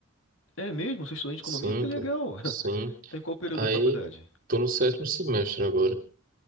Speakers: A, on the left (about 70°); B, on the right (about 40°).
A: É mesmo? Você é estudante de
B: sim,
A: economia? Que legal!
B: pô,
A: <laughs>
B: sim.
A: Tem qual período
B: Aí,
A: da faculdade?
B: tô no sétimo semestre agora.